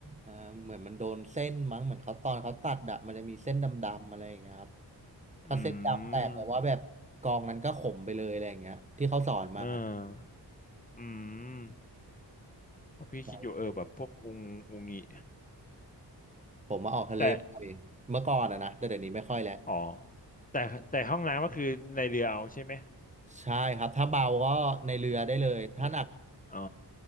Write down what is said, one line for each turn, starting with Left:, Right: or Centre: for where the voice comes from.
Right: อ่าเหมือนมันโดนเส้นมั้งเหมือนเขาตอนเขาตัดอะมันจะมีเส้นดำๆอะไรอย่างเงี้ยครับถ้าเส้นดำแตกแปลว่าแบบกองนั้นก็ขมไปเลยอะไรอย่างเงี้ยที่เขาสอนมา
Left: อืมเอออืมเพราะพี่คิดอยู่เออแบบพวกอุงอุงิ
Right: ใช่ผมมาออกทะเลบ่อยเมื่อก่อนอะนะแต่เดี๋ยวนี้ไม่ค่อยแล้ว
Left: แต่อ๋อแต่แต่ห้องน้ำก็คือในเรือเอาใช่ไหม
Right: ใช่ครับถ้าเบาก็ในเรือได้เลยถ้าหนัก
Left: เอออ๋อ